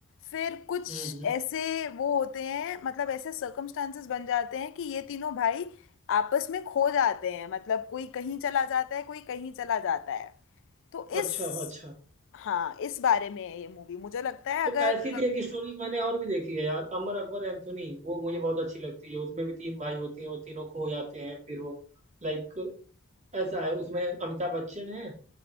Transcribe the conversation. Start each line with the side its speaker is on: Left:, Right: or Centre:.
Left: फिर कुछ
Right: हम्म हम्म
Left: ऐसे वो होते हैं मतलब ऐसे सर्कमस्टांसेस बन जाते हैं कि ये तीनों भाई आपस में खो जाते हैं मतलब कोई कहीं चला जाता है कोई कहीं चला जाता है तो
Right: अच्छा
Left: इस
Right: अच्छा
Left: हाँ इस बारे में है ये मूवी मुझे लगता है
Right: तो
Left: अगर
Right: ऐसी थी एक स्टोरी मैंने और भी देखी है यार अमर अकबर एंथोनी वो मुझे बहुत अच्छी लगती है उसमें भी तीन भाई होते हैं वो तीनों खो जाते हैं फिर वो लाइक ऐसा है उसमें अमिताभ बच्चन है